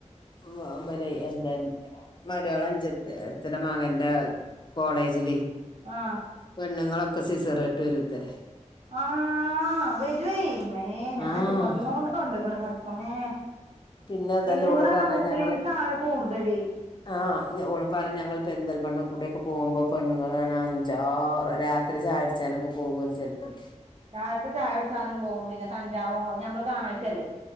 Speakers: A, on the left; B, on the right.
A: ഉം ആ മ്പലേ എന്താ മര്യോളഞ്ച എത്ര മകന്റെ കോളേജിലേയ്
B: ആഹ്
A: പെണ്ണുങ്ങളൊക്കെ സിസറാട്ട് വരുത്തരെ
B: ആഹ് വെരൊയ് മ്മേ ഞാൻന്റെ
A: ആഹ്
B: കൊ ണോണ്ട് കണ്ട്ക്ക്ണ് പടച്ചോനേ
A: പിന്നെ അതല്ലേ
B: പെണ്ണുങ്ങളാണാ
A: ഓള് പറയാ
B: മുസ്ലിംസാണ്
A: ഞങ്ങള്
B: കൂടുതല്
A: ആഹ് ഞ ഓള് പറഞ്ഞ ഞങ്ങൾ പെരുന്തൽ മണ്ണ ഫുഡെയ്ക്കു പോകുമ്പോ പെണ്ണുൾ കാണ അഞ്ചാറ് രാത്രി ചായട് ച്ചാനൊക്ക പോകു ചെൽപ്പേയ്
B: തായത്ത് ചായുട്ച്ചാനും പോവും പിന്നെ കഞ്ചാവോ അത് ഞമ്മള് കാണായിട്ടല്ലേ